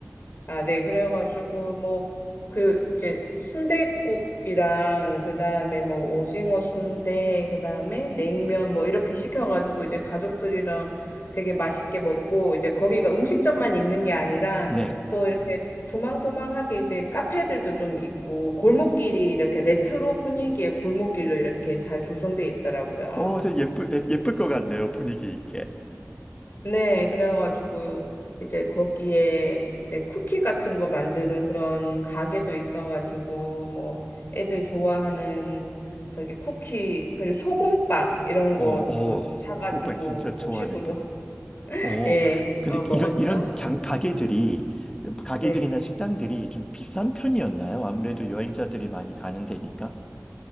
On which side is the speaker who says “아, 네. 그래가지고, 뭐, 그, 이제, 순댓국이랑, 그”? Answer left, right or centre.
Left